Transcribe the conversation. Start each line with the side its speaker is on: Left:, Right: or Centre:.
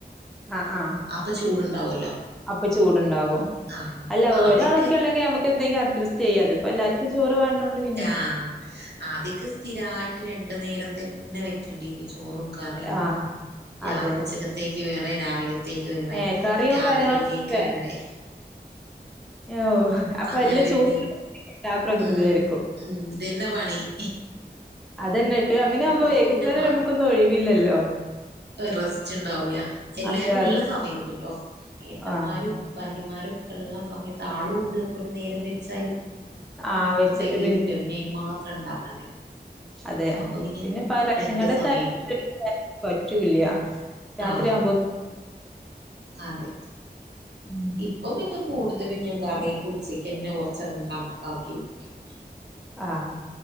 Centre: ആ ആ
Right: അപ്പൊ ചൂടുണ്ടാവുമല്ലോ
Centre: അപ്പൊ ചൂടുണ്ടാകും
Right: ആ
Centre: അല്ല
Right: ആദ്യൊക്കെ
Centre: ഒരാളൊക്കെ ഉള്ളെങ്കിൽ നമക്ക് ന്തെങ്കും അഡ്സ്റ്റ് ചെയ്യാ തിപ്പോ എല്ലാവർു ചോറ് വേണ്ടോണ്ട് പിന്നെ
Right: ആഹ് ആദ്യൊക്കെ സ്ഥിരമായിട്ട് രണ്ടു നേരം തന്നെ വെക്കണ്ടി ന്ന്ചോറും കറി
Centre: ആഹ്
Right: രാ
Centre: അതെ
Right: ഉച്ചക്കത്തെ ത്തേക്ക് വേറെ രാവിലത്തേക്ക് വേറെ
Centre: ഏഹ് കറിയോ
Right: രാത്രിയിലേക്ക്
Centre: കാര്യങ്ങളൊക്കെ
Right: വേറെ
Centre: ഓ അപ്പൊ
Right: അങ്ങനെ
Centre: എല്ലാം
Right: വേണ്ടിയിരുന്നു
Centre: ചൂറ് ആ പ്രകൃതിയായിരിക്കും
Right: ഉം ഉം ഇതന്നെ പണി
Centre: <unintelligible> അതന്നെ ഇപ്പൊ അങ്ങനെ ആവുമ്പോ
Right: ഇപ്പൊ
Centre: വൈകുന്നേര
Right: പിന്നെ മാറി
Centre: നമുക്ക് ഇന്ന്ഒഴിവില്ലല്ലോ
Right: റെസ്റ്റ് ണ്ടാവൂല എല്ലാരും
Centre: അതെ
Right: ഉള്ള
Centre: അതെ
Right: സമയത്ത് ട്ടോ ഏട്ടന്മാരും
Centre: ആഹ്
Right: ഭാര്യമാരൊക്കെ ഉള്ള സമയത്ത് ആളും ഉണ്ട് അപ്പൊ ഒരു നേരം വെച്ചാല്
Centre: ആഹ്
Right: ഒക്ക അങ്ങോട്ട്
Centre: വെച്ചിട്ട്
Right: തികയൂല പിന്നെ അയ്ന് മാത്ര ഉണ്ടാക്കണ്ടേ
Centre: അതെ
Right: അപ്പൊ പിന്നെ
Centre: പിന്നെപ്പ റേഷൻ
Right: രണ്ട്
Centre: കാർഡ്
Right: സമയം
Centre: ത്തെ അരി
Right: കിട്ടും
Centre: ർക്കും പറ്റൂല്ല രാത്രിയാവുമ്പോ
Right: ആഹ് അതെ
Centre: ഉം
Right: ഇപ്പൊ പിന്നെ കൂടുതലും ഞാൻ കറിയൊക്കെ ഉച്ചക്ക്ന്നെ കുറച്ചങ്ങ് കണക്കാക്കി വെക്കും
Centre: ആഹ്